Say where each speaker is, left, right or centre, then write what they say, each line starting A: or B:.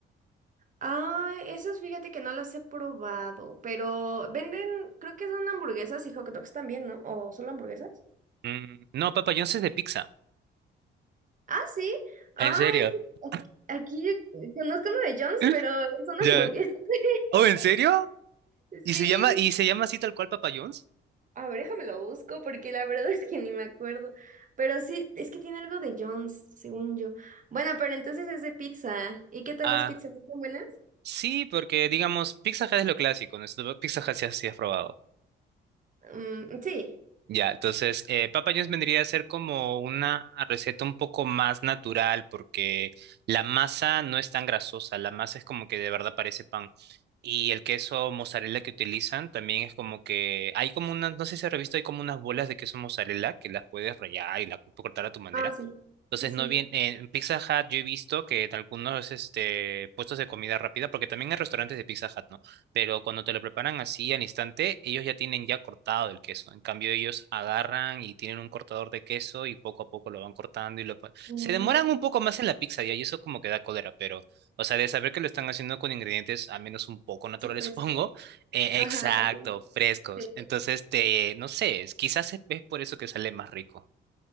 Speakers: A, on the right; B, on the right.
A: Ah, esos fíjate que no las he probado, pero venden, creo que son hamburguesas y hot dogs también, ¿no? ¿O solo hamburguesas?
B: Mm, no, Papa John's es de pizza.
A: Ah, sí. Ay,
B: ¿En serio?
A: es que
B: <laughs>
A: aquí aquí conozco uno de Jones,
B: ¿Eh?
A: pero es una
B: Ya.
A: hamburguesa. <laughs>
B: ¿Oh, en serio? ¿Y
A: Sí.
B: se llama, y se llama así tal cual Papa John's?
A: A ver, déjame lo busco porque la verdad es que ni me acuerdo. Pero sí, es que tiene algo de Jones, según yo. Bueno, pero entonces es de pizza. ¿Y qué tal
B: Ah,
A: las pizzas? ¿Están buenas?
B: sí, porque digamos, Pizza Hut es lo clásico, ¿no? Pizza Hut se ha probado.
A: Mm, sí.
B: Ya, entonces, eh, papa vendría a ser como una receta un poco más natural porque la masa no es tan grasosa, la masa es como que de verdad parece pan. Y el queso mozzarella que utilizan también es como que hay como unas, no sé si has visto, hay como unas bolas de queso mozzarella que las puedes rallar y las puedes cortar a tu manera.
A: Ah, sí.
B: Entonces,
A: Sí, sí.
B: no bien, en Pizza Hut yo he visto que en algunos este, puestos de comida rápida, porque también hay restaurantes de Pizza Hut, ¿no? Pero cuando te lo preparan así al instante, ellos ya tienen ya cortado el queso. En cambio, ellos agarran y tienen un cortador de queso y poco a poco lo van cortando y lo... pon-
A: Mm,
B: Se demoran un poco más en la pizza ya, y eso como que da cólera, pero, o sea, de saber que lo están haciendo con ingredientes al menos un poco naturales,
A: sí, frescos.
B: <laughs> supongo. eh,
A: Ajá,
B: exacto,
A: también.
B: frescos.
A: Sí.
B: Entonces, te, no sé, es- quizás es es por eso que sale más rico.